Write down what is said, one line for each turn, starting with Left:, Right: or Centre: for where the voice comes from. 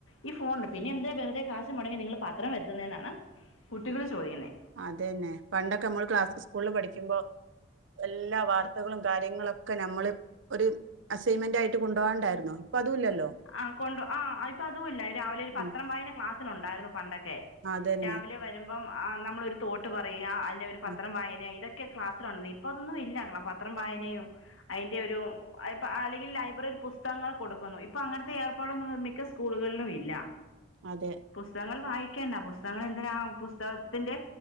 Left: ഈ ഫോണ് ണ്ട് പിന്നെ എന്തിനാ വെറുതെ കാശ് മുടങ്ങി നിങ്ങള് പത്രം വരുത്തുന്നേ ന്നാണ് കുട്ടികൾ ചോദിക്കുന്നേ
Right: അതെ ന്നെ പണ്ടൊക്കെ നമ്മള് ക്ലാസ്സ് സ്കൂളിൽ പഠിക്കുമ്പോ എല്ലാ വാർത്തകളും കാര്യങ്ങളൊക്കെ നമ്മള് ഒരു അസൈൻമെന്റ് ആയിട്ട് കൊണ്ടോ കാൻണ്ടായിരുന്നു ഇപ്പൊ അതു ല്ലല്ലോ
Left: ആ കൊണ്ട് ആ ഇപ്പൊ അതുമല്ല രാവിലെ ഒരു പത്രം
Right: ഉം
Left: വായന ക്ലാസ്സില് ഉണ്ടായിരുന്നു പണ്ടൊക്കെ
Right: അതന്നെ
Left: രാവിലെ വരുമ്പം ആ നമ്മളൊ രു തോട്ട് പറയാ അതിന്റെ ഒരു പത്രം
Right: ഉം
Left: വായന ഇതൊ ക്കെ ക്ലാസ്സിലൊ <unintelligible> ഇപ്പ അതൊന്നും ഇല്ല പത്രം വായനയോ അയിന്റെ ഒരു അയി പ്പ അല്ലെങ്കിൽ ലൈബ്രറി ര് പുസ്തകങ്ങൾ കൊടുക്കുന്നു പ്പം അങ്ങന് ത്തെ ഏർപ്പാടൊന്നും മിക്ക സ്കൂളുകളിലും ഇല്ല
Right: അതെ
Left: പുസ്തകങ്ങൾ വായിക്കേണ്ട പുസ്തകങ്ങൾ എന്തിനാ പുസ്തകത്തിന്റെ